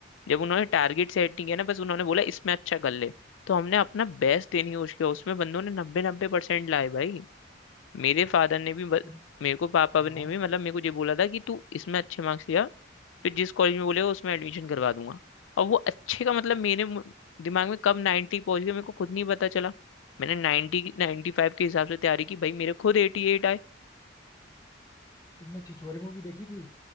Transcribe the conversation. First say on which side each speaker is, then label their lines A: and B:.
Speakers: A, on the left (about 80°); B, on the left (about 20°).
A: जब उन्होंने टारगेट सेट नहीं किया ना बस उन्होंने बोला इसमें अच्छा कर ले तो हमने अपना बेस्ट देने की कोशिश किया उसमें बंदों ने नब्बे नब्बे परसेंट लाए भाई मेरे फादर ने भी बस
B: तुम
A: मेरे को पापा
B: हाँ
A: ने भी मतलब मेरे को ये बोला था कि तू इसमें अच्छे मार्क्स लिया फिर जिस कॉलेज में बोलेगा उसमें एडमिशन करवा दूंगा और वो अच्छे का मतलब मेरे मु- दिमाग में कब नाइन्टी पहुंच गया मेरे को खुद नहीं पता चला मैंने नाइन्टी नाइन्टी फाइव के हिसाब से तैयारी की भाई मेरे खुद एटी एट आए
B: तुमने छिछोरे मूवी देखी थी